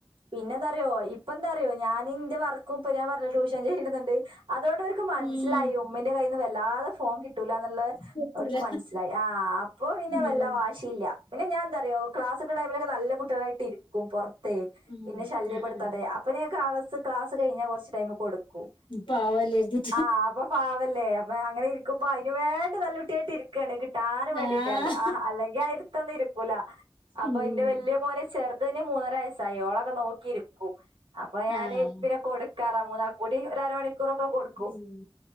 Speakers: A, on the right (about 75°); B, on the left (about 70°).
A: പിന്നെ എന്താറിയോ ഇപ്പ ന്തറിയോ ഞാന് ഇന്റെ വർക്കും ഇപ്പ ഞാൻപറനിലെ ട്യൂഷൻ ചെയ്യുന്നുണ്ട് അതുകൊണ്ട് ഓര്ക്ക് മനസ്സിലായി
B: ഉം.
A: ഉമ്മിന്റെ കയ്യിന്ന് വല്ലാതെ ഫോൺ കിട്ടൂലന്നുള്ള ത്
B: കിട്ടൂല.
A: അവർക്ക് മനസ്സിലായി ആ അപ്പൊ പിന്നെവല്ലവാ
B: ഉം.
A: ശിഇല്ല പിന്നെഞാഎന്തറി യൊ ക്ലാസ്ക്കെടൈമിലൊക്കെ നല്ല കുട്ടളായിട്ട ഇര് ക്കും പൊറത്തേ
B: ഉം.
A: പിന്നെ ശല്യപ്പെടുത്താതെ
B: ആഹ് ആഹ്.
A: അപ്പനസ് ക്ലാസ്സ് കഴിഞ്ഞാകുറച്ച് ടൈമ് കൊടുക്കും
B: പാവല്ലെര്തി
A: ആഹഅപ്പൊ പാവല്ലേ അപ്പൊ അങ്ങനെ ഇരിക്കുമ്പ അയ് ന് വേണ്ടി നല്ല കുട്ടിയായിട്ട് ഇരി ക്കാണ് കിട്ടാന് വേണ്ടിയിട്ട്
B: ആഹ്.
A: ആ അല്ലെങ്കിയിരത്തൊന്ന ഇരിക്കൂല അപ്പൊ
B: ഉം.
A: അയ്ന്റെ വല്യമോനെ ചേർ തിന് മൂന്നരവയസ്സയി ഓളൊക്കെ നോക്കിയിരിക്കും അപ്പൊ ഞാന്
B: ആഹ്.
A: പിന്നെ കൊടുക്കാറ മൂന്നാകു ടിഒര്അരമണിക്കൂറൊക്കെകൊടുക്കൂ
B: ഉം.